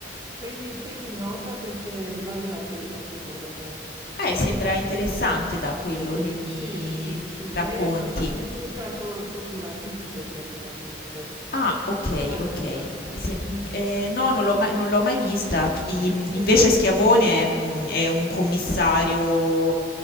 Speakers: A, on the right; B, on the left.
A: prendi, prendi nota perché vale la pena secondo me.
B: sembra interessante da quello
A: Sì,
B: che mi
A: sì, sì, sì,
B: racconti.
A: lei è una sostituta co- procuratrice praticamente.
B: Ah, ok,
A: Ah,
B: ok.
A: ah, ah, ah,
B: Se-
A: ah,
B: mm,
A: mm.
B: eh, no, non l'ho mai, non l'ho mai vista. I- mm,
A: Sì,
B: invece Schiavone mm, è un commissario,